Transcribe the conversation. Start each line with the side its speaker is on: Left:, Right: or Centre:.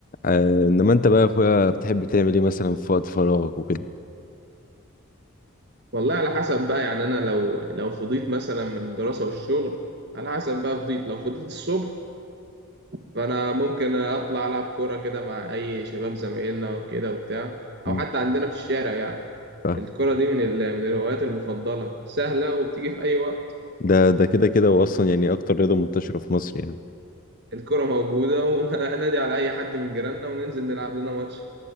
Left: آه انما انت بقى يا اخويا بتحب تعمل ايه مثلا في وقت فراغك وكده
Right: والله على حسب بقى يعني انا لو لو فضيت مثلا من الدراسه والشغل على حسب بقى فضيت لو فضيت الصبح فانا ممكن اطلع العب كوره كده مع اي شباب زمايلنا كده وبتاع
Left: مم.
Right: او حتى عندنا في الشارع يعني
Left: فاهم.
Right: الكوره دي من ال... من الهوايات المفضله سهله وبتيجي في اي وقت
Left: ده ده كده كده واصلا يعني اكتر رياضه منتشره في مصر يعني
Right: الكوره موجوده وانادي <laughs> على اي حد من جيراننا وننزل نلعب لنا ماتش